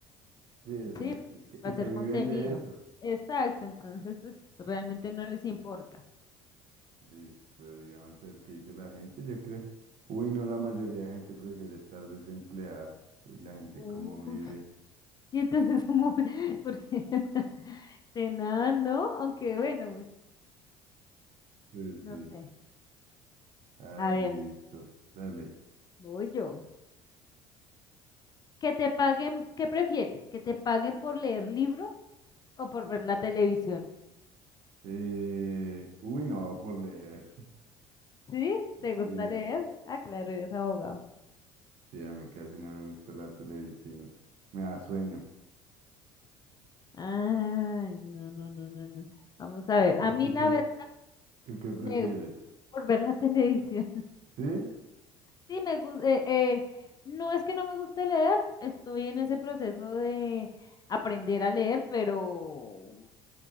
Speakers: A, on the right (about 50°); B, on the left (about 30°).
A: Sí, exacto.
B: Sí,
A: que-
B: hacer
A: Y que viven
B: contenido.
A: de eso.
B: Exacto, entonces pues realmente no les importa.
A: Listo, digamos, el que dice la gente, yo creo. Uy, no, la mayoría de gente prefiere estar desempleada. Uy, la gente
B: Uy.
A: cómo vive.
B: Y entonces <laughs> cómo me- porque <laughs> de nada, ¿no? Aunque bueno, pues
A: Sí,
B: no
A: sí.
B: sé.
A: Ah,
B: A ver,
A: listo. Dale.
B: voy yo. ¿Que te paguen, qué prefieres? ¿Que te paguen por leer libros o por ver la televisión?
A: Eh, uy, no, por leer.
B: ¿Sí? ¿Te gusta
A: Sí,
B: leer? Ah, claro, eres abogado.
A: sí, a mí casi no me gusta la televisión. Me da sueño.
B: Ay, no, no, no, no, no. Vamos a
A: ¿Y
B: ver. A mí
A: tú
B: la
A: qué,
B: verdad
A: tú qué prefieres?
B: me por ver la <laughs> televisión.
A: ¿Sí?
B: Sí, me gus- eh, eh, no es que no me guste leer, estoy en ese proceso de aprender a leer, pero